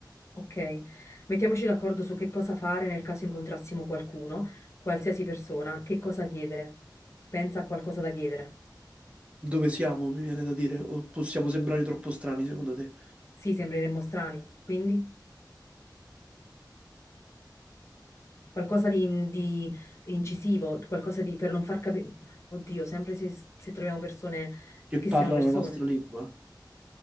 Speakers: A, on the left; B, on the right.
A: ok? Mettiamoci d'accordo su che cosa fare nel caso incontrassimo qualcuno, qualsiasi persona, che cosa chiedere. Pensa a qualcosa da chiedere.
B: Dove siamo, mi viene da dire, o possiamo sembrare troppo strani, secondo te,
A: Sì, sembreremmo strani, quindi... Qualcosa di, di incisivo, qualcosa di per non far capire. Oddio, sempre se, se troviamo persone
B: che
A: che
B: parlano
A: siano persone.
B: la nostra lingua?